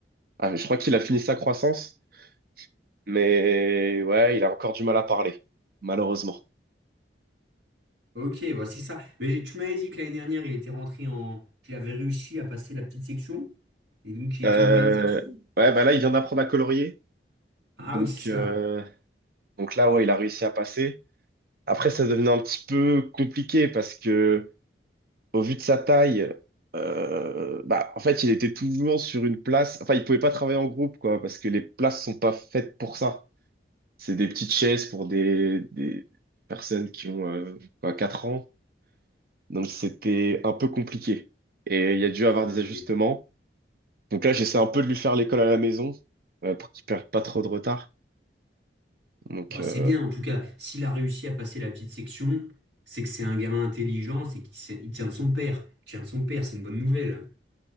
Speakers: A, on the right; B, on the right.
A: Ah, je crois qu'il a fini sa croissance, mais ouais, il a encore du mal à parler, malheureusement.
B: Ok, voici ça. Mais tu m'avais dit que l'année dernière, il était rentré en... qu'il avait réussi à passer la petite section, et donc il
A: Euh,
B: était en moyenne section?
A: Ouais, bah là, il vient d'apprendre à colorier,
B: Ah
A: donc,
B: oui, c'est
A: euh,
B: ça.
A: donc là, ouais, il a réussi à passer. Après, ça devenait un petit peu compliqué parce que, au vu de sa taille, euh, bah, en fait, il était toujours sur une place. Enfin, il pouvait pas travailler en groupe, quoi, parce que les places sont pas faites pour ça. C'est des petites chaises pour des, des personnes qui ont euh, quoi, 4 ans. Donc c'était un peu compliqué. Et il y a dû
B: Ah
A: avoir des ajustements.
B: oui.
A: Donc là, j'essaie un peu de lui faire l'école à la maison euh, pour qu'il perde pas trop de retard. Donc
B: Bon,
A: euh,
B: c'est bien, en tout cas, s'il a réussi à passer la petite section, c'est que c'est un gamin intelligent, c'est qu'il sait- il tient de son père. Il tient de son père, c'est une bonne nouvelle.